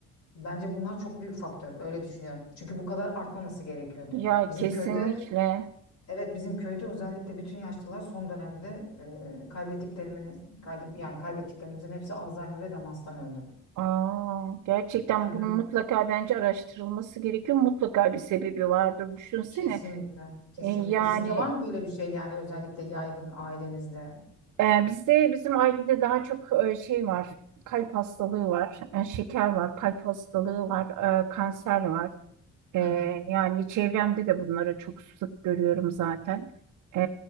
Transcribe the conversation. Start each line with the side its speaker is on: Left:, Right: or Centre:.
Left: bence bunlar çok büyük faktör öyle düşünüyorum. Çünkü bu kadar artmaması gerekiyor diyor.
Right: Ya
Left: Bizim
Right: kesinlikle.
Left: köyde evet bizim köyde özellikle bütün yaşlılar son dönemde e, kaybettiklerimiz kaydı- yani kaybettiklerimizin hepsi Alzheimer ve demanstan öldü.
Right: Aa, gerçekten
Left: Hı hı.
Right: bunun mutlaka bence araştırılması gerekiyor. Mutlaka bir sebebi vardır. Düşünsene.
Left: Kesinlikle, kesinlikle.
Right: E, yani
Left: Sizde var mı böyle bir şey yani özellikle yaygın ailenizde?
Right: Ee, bizde bizim ailede daha çok e, şey var, kalp hastalığı var, e, şeker var, kalp hastalığı var, e, kanser var. E,
Left: Hı hı.
Right: yani çevremde de bunları çok sık görüyorum zaten. E,